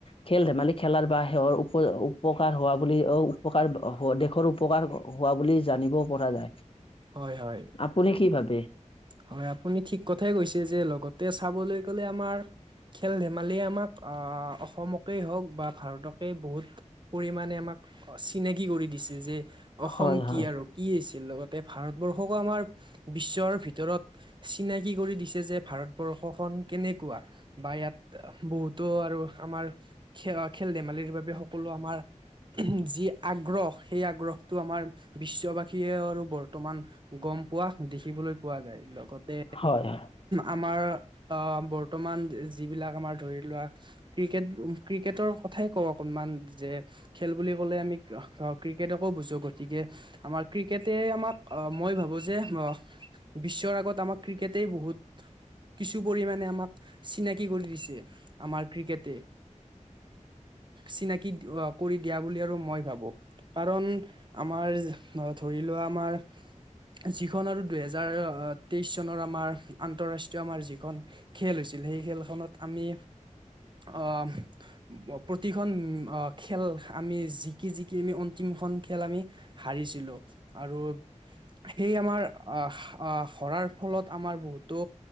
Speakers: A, on the left; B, on the right.
A: খেল ধেমালি খেলাৰ বা সেৰ উপ উপকাৰ হোৱা বুলি অ উপকাৰ দেশৰ উপকাৰ হোৱা বুলি জানিব পৰা যায়
B: হয় হয়।
A: আপুনি কি ভাবে
B: হয় আপুনি ঠিক কথাই কৈছে যে লগতে চাবলৈ গ'লে। আমাৰ খেল ধেমালি আমাক অ অসমকেই হওঁক বা ভাৰতকে বহুত পৰিমাণে আমাক চিনাকি কৰি দিছে যে অসম
A: হয় হয়
B: কি আৰু কি হৈছিল লগত। ভাৰতবৰ্ষকো আমাৰ বিশ্বৰ ভিতৰত চিনাকি কৰি দিছে যে ভাৰতবৰ্ষখন কেনেকুৱা বা ইয়াত বহুতো আৰু আমাৰ খ খেল ধেমালিৰ বাবে সকলো আমাৰ যি আগ্ৰহ সেই আগ্ৰহটো আমাৰ বিশ্ববাসীয়ে আৰু বৰ বৰ্তমান গম পোৱা দেখিবলৈ পোৱা যায় লগতে
A: হয় হয়
B: আমাৰ অ বৰ্তমান যিবিলাক আমাৰ ধৰি লোৱা ক্ৰিকেট ক্ৰিকেটৰ কথা কওঁ অকনমান যে খেল বুলি ক'লে আমি ক্ৰিকেটকো বুজো গতিকে আমাৰ ক্ৰিকেটে আমাক মই ভাবো যে বিশ্বৰ আগত আমাক ক্ৰিকেটেই বহুত কিছু পৰিমাণে আমাক চিনাকি কৰি দিছে আমাৰ ক্ৰিকেটে চিনাকি কৰি দিয়া বুলি আৰু মই ভাবো কাৰণ আমাৰ ধৰি তি লোৱা আমাৰ
A: <inaudible>
B: যিখন আৰু দুহেজাৰ তেইশ চনৰ আমাৰ আন্তৰাষ্ট্ৰীয় আমাৰ যিখন খেল হৈছিল সেই। স খেলখনত আমি আহ প্ৰতিখন খেল আমি য কি যিক কি আমি অন্তিম। এখন খেল আমি হাৰিছিলো আৰু
A: <inaudible>
B: সেই আমাৰ আহ সৰাৰ ফলত আমাৰ বহুতো